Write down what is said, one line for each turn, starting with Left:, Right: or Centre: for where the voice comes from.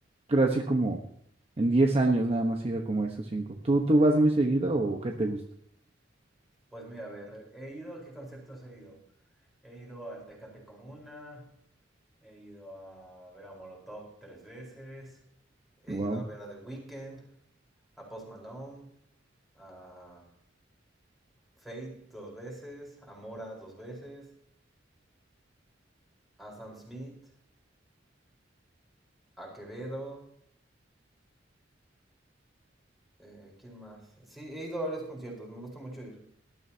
Right: creo así como en 10 años nada más he ido como a esos cinco. ¿Tú, tú vas muy seguido o qué te gusta?
Centre: Pues mira, a ver, he ido, ¿a qué conciertos he ido? He ido al Tecate Comuna, he ido a ver a Molotov tres veces. He
Right: Wow.
Centre: ido a ver a The Weeknd, a Post Malone, a Fate dos veces, a Mora dos veces, a Sam Smith, a Quevedo, eh, ¿quién más? Sí, he ido a varios conciertos, me gusta mucho ir.